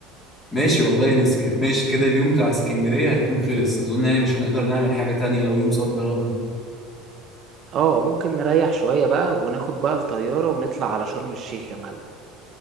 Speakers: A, on the left (about 20°); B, on the right (about 30°).
A: ماشي والله يعني اسك- ماشي كده اليوم بتاع اسكندريه هيكون خلص اظن يعني مش هنقدر نعمل حاجه تانية لو يوم صد رد
B: اه ممكن نريح شوية بقى وناخد بقى الطيارة ونطلع على شرم الشيخ يا معلم